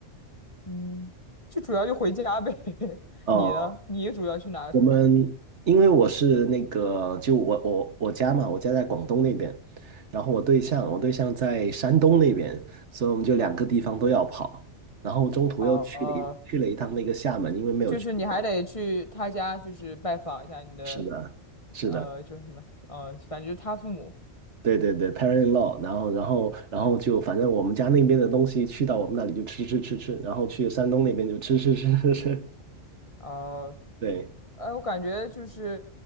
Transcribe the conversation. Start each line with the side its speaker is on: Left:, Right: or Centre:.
Left: 嗯，就主要就回家呗。<laughs>
Right: 哦，
Left: 你呢？你主要去哪个城市？
Right: 我们因为我是那个，就我我我家嘛，我家在广东那边，然后我对象我对象在山东那边，所以我们就两个地方都要跑，然后中途又去了一去了一趟那个厦门，
Left: 哦、
Right: 因为没有去过。
Left: 就是你还得去他家，就是拜访一下你的，
Right: 是的，是的，
Left: 呃，就是什么，呃，反正就是他父母，
Right: 对对对，parent-in-law，然后然后然后就反正我们家那边的东西去到我们那里就吃吃吃吃，然后去山东那边就吃吃吃吃吃，
Left: 呃，
Right: 对。
Left: 哎，我感觉就是